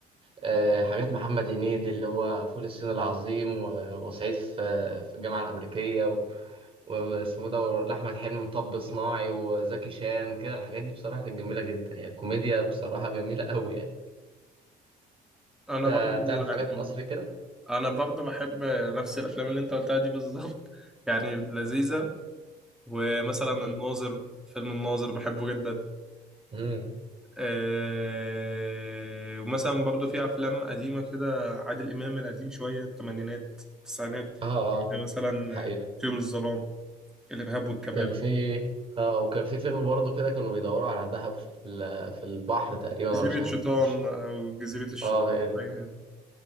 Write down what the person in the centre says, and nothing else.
انا
برضو
يعني
انا برضو بحب نفس الافلام اللي انت قلتها دي بالظبط <laughs> يعني لذيذة ومثلا
الناظر فيلم الناظر بحبه جدا
إيه ومثلا برضو في افلام قديمة كده عادل امام القديم شوية الثمانينات التسعينات
يعني مثلا
آه، طيور الظلام الارهاب والكباب
جزيرة
شيطان
او جزيرة الشيطان